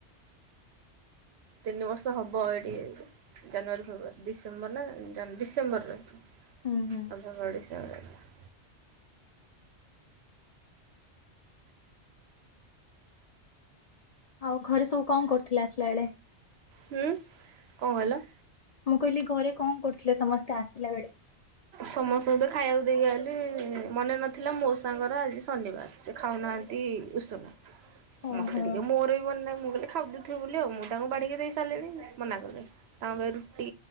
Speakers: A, on the right; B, on the left.
A: ତିନି ବର୍ଷ ହବ ଏଇଠି ଜାନୁଆରୀ, ଫେବୃଆାରୀ ଡିସେମ୍ବର, ନା ଡିସେମ୍ବର ରେ। ଆମଙ୍କ
B: ହୁଁ ହୁଁ
A: ଓଡ଼ିଶା ବ <unintelligible>
B: ଆଉ ଘରେ ସବୁ କଣ କରୁଥିଲେ ଆସିଲା ବେଳେ?
A: ହୁଁ, କଣ କହିଲ?
B: ମୁଁ କହିଲି ଘରେ କଣ କରୁଥିଲେ ସମସ୍ତେ ଆସିଥିଲା ବେଳେ।
A: ସମସ୍ତଙ୍କୁ ତ ଖାଇବାକୁ ଦେଇକି ଆଲି ମନେ ନଥିଲା ମୋ ସାଙ୍ଗର ଆଜି ଶନିବାର। ସେ ଖାଉନାହାନ୍ତି ଉଷୁନା
B: ଓହୋ
A: ମୋତେ ଟିକେ ମୋର ବି ମନ ନାହିଁ ମୁଁ କହିଲି ଖାଉଦଉଥିବ ବୋଲି ଆଉ ମୁଁ ତାଙ୍କୁ ବାଢ଼ିକି ଦେଇ ସାରିଲିଣି ମନା କଲେ। ତାଙ୍କ ପାଇଁ ରୁଟି